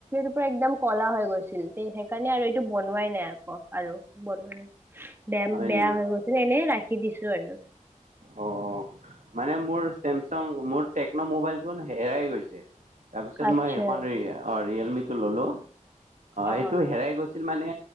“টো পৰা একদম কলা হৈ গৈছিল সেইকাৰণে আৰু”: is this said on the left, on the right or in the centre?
Right